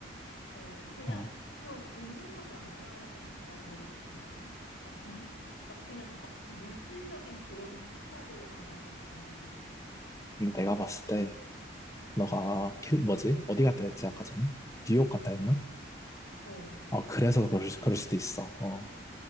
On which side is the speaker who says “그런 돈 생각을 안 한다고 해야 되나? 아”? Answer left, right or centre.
Left